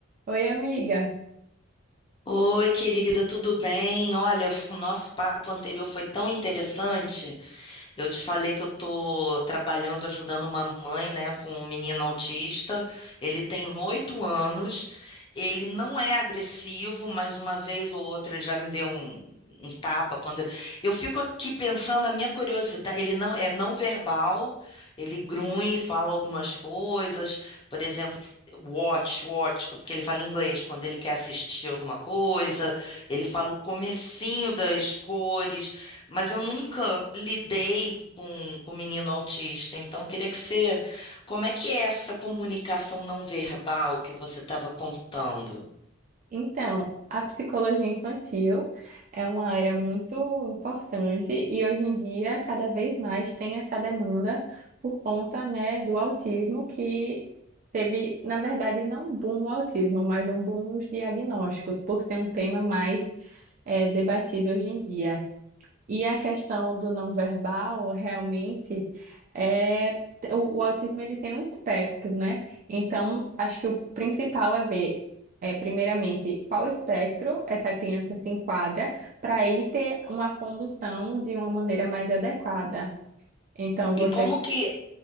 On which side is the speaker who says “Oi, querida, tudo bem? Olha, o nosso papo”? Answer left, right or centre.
Left